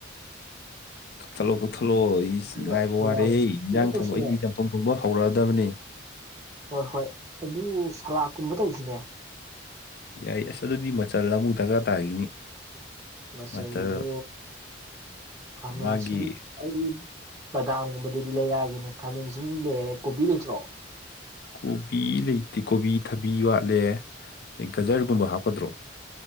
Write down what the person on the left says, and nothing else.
ꯀꯛꯊꯠꯂꯣ ꯀꯛꯊꯠꯂꯣ ꯑꯁ
ꯉꯥꯏꯕ
ꯋꯥꯔꯦꯍꯦ ꯏꯟꯖꯥꯡ
ꯊꯣꯡꯕ ꯑꯩꯗꯤ ꯆꯝꯊꯣꯡ ꯊꯣꯡꯕ ꯍꯧꯔ ꯑꯗꯕꯅꯤ
ꯌꯥꯏ ꯑꯁ ꯑꯗꯨꯗꯤ ꯃꯆꯜ ꯑꯃꯨꯛ ꯗꯔꯀꯥꯔ ꯇꯥꯈꯤꯅꯤ
ꯃꯆꯜ
ꯃꯥꯒꯤ
ꯀꯣꯕꯤ ꯂꯩꯇꯦ ꯀꯣꯕꯤ ꯊꯕꯤ ꯋꯥꯠꯂꯦ ꯑꯩ ꯒꯖꯔꯒꯨꯝꯕ ꯍꯥꯞꯀꯗ꯭ꯔꯣ